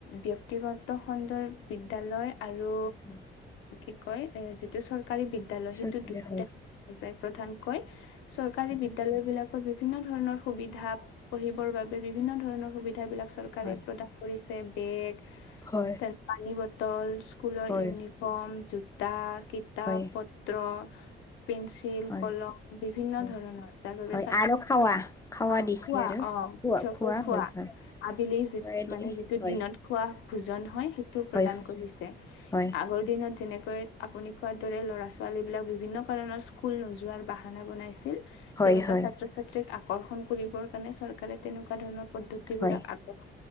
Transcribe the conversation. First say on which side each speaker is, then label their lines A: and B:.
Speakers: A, on the left; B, on the left.
A: ব্যক্তিগত খণ্ডৰ বিদ্যালয়। আৰু
B: হয়
A: কি কয় যিটো চৰকাৰী বিদ্যালয়
B: চৰকাৰে
A: সেইটো দু্ৰটা
B: হয়
A: দেখা পোৱা যায়। প্ৰধান কৈ চৰকাৰী
B: হয়
A: বিদ্যালয় বিলাকত বিভিন্ন ধৰণৰ সুবিধা পঢ়িবৰ বাবে। বিভিন্ন ধৰণৰ সুবিধাবিলাক চৰকাৰে
B: হয়
A: প্ৰদান কৰিছে বেগ।
B: হয়
A: তেনে পানী বটল স্কুলৰ
B: হয়
A: ইউনিফৰ্ম জোতা। কিতাপ
B: হয়
A: পত্ৰ। পেঞ্চিল
B: হয়
A: কলম বিভিন্ন
B: হয়
A: ধৰণৰ যাৰ বাবে
B: হয়
A: ছাত্ৰ
B: আৰু
A: ছাত্ৰী
B: খাৱা খাৱা
A: অ
B: দিছে
A: খোৱা
B: আৰু
A: অ। অ মূখ্যকৈ
B: খোৱা
A: খোৱা
B: হয় হয়
A: আবেলি যি
B: খোৱাই দেই
A: মানে যিটো
B: হয়
A: দিনত খোৱা ভোজন হয়। সেতো
B: হয়
A: প্ৰদান কৰিছে
B: হয়
A: আগৰ দিনত যেনে। কৈ আপুনি কোৱাৰ দৰে ল'ৰা ছোৱালী বিলাক বিভিন্ন কাৰণৰ স্কুল নোযোৱাৰ বাহানা বনাইছিল।
B: হয়
A: তেনেকুৱা
B: হয়
A: ছাত্ৰ -ছাত্ৰীক আকৰ্ষণ কৰিবৰ কাৰণে চৰকাৰে তেনেকুৱা ধৰণৰ পদ্ধতিবিলাক
B: হয়
A: আগত